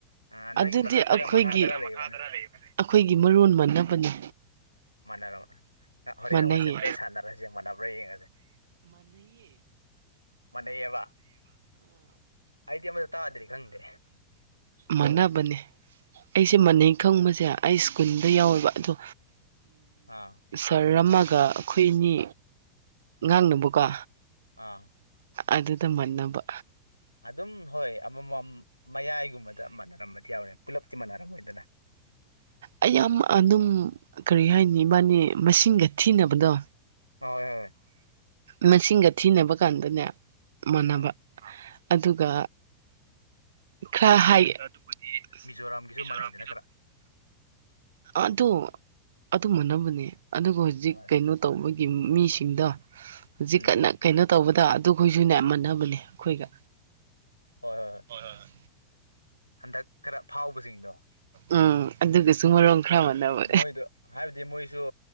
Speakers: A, on the left; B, on the right.
A: ꯑ ꯅꯣꯏꯒꯤ
B: ꯑꯗꯨꯗꯤ
A: ꯃꯊꯛꯇꯔ
B: ꯑꯩꯈꯣꯏꯒꯤ-ꯑꯩꯈꯣꯏꯒꯤ
A: ꯃꯈꯥꯗꯔ ꯂꯩꯕꯅꯦ
B: ꯃꯔꯣꯟ ꯃꯥꯟꯅꯕꯅꯤ
A: ꯃꯥꯟꯅꯔꯕ ꯍꯣꯔꯦꯟ
B: ꯃꯥꯟꯅꯩꯌꯦ
A: ꯋꯥꯆꯦꯞꯇ ꯁꯥꯟꯅꯔꯁꯦ ꯃꯥꯟꯅꯕ꯭ꯔꯥ ꯌꯦꯡꯉꯁꯦ ꯃꯥꯟꯅꯩꯌꯦꯕ ꯑꯩꯗꯤ ꯑꯃꯇ ꯇꯥꯗ꯭ꯔꯤ ꯈꯪꯗꯦ
B: ꯃꯥꯅꯥꯕꯅꯦ ꯑꯩꯁꯦ ꯃꯅ ꯈꯪꯕꯁꯦ ꯑꯩ ꯁ꯭ꯀꯨꯜꯗ ꯌꯥꯎꯋꯦꯕ ꯑꯗꯣ
A: ꯑꯥ
B: ꯎ ꯁꯥꯔ ꯑꯃꯒ ꯑꯩꯈꯣꯏ ꯑꯅꯤ ꯉꯥꯡꯅꯕꯀꯣ
A: ꯑꯥ
B: ꯑꯗꯨꯗ ꯃꯟꯅꯕ
A: ꯑꯗꯨꯝ ꯍꯣꯏ ꯑꯃꯃꯝ ꯃꯌꯥꯏꯒꯨꯝꯕꯗ ꯃꯥꯟꯅꯔꯝꯕꯗꯤ ꯌꯥꯎꯔꯦ ꯄꯨꯂꯞꯇꯤ ꯃꯥꯟꯅꯔꯝꯃꯣꯏꯗꯅ <inaudible>
B: ꯑꯩ ꯌꯥꯝ ꯑꯗꯨꯝ ꯀꯔꯤ ꯍꯥꯏꯅꯤ ꯏꯕꯥꯅꯤ ꯃꯁꯤꯡꯒ ꯊꯤꯅꯕꯗꯣ
A: ꯍꯣꯏ ꯍꯣꯏ
B: ꯃꯁꯤꯡꯒ ꯊꯤꯅꯕ ꯀꯥꯟꯗꯅꯦ ꯃꯅꯕ
A: ꯑꯥ
B: ꯑꯗꯨꯒ ꯈꯔ ꯍꯥꯏ ꯑꯗꯨꯕꯨꯗꯤ
A: ꯃꯤꯖꯣꯔꯥꯝꯒꯤꯁꯨ
B: ꯃꯤꯖꯣꯔꯥꯝ
A: ꯃꯥꯟꯅꯩꯗꯅ ꯈꯔ
B: ꯑꯗꯣ ꯑꯗꯨ ꯃꯨꯅꯕꯅꯦ ꯑꯗꯨꯒ ꯍꯧꯖꯤꯛ
A: ꯍꯣꯏ
B: ꯀꯩꯅꯣ ꯇꯧꯕꯒꯤ ꯃꯤꯁꯤꯡꯗꯣ ꯍꯧꯖꯤꯛ
A: ꯎꯝ
B: ꯀꯟꯅ ꯀꯩꯅꯣ ꯇꯧꯕꯗ ꯑꯗꯨꯈꯣꯏꯁꯨ ꯅ ꯃꯥꯟꯅꯕꯅꯦ ꯑꯩꯈꯣꯏꯒ
A: ꯍꯣꯏ ꯍꯣꯏ ꯍꯣꯏ
B: ꯍꯣꯏ ꯍꯣꯏ ꯍꯣꯏ
A: ꯍꯟꯗꯛ ꯈꯔ ꯐꯥꯎꯕꯁꯤꯡꯗꯣ
B: ꯎꯝ ꯑꯗꯨꯒꯁꯨ ꯃꯔꯣꯡ ꯈꯔ ꯃꯥꯟꯅꯕ
A: ꯃꯣꯏꯗꯣ ꯍꯥꯏꯕꯗꯤ ꯃꯣꯏꯁꯨ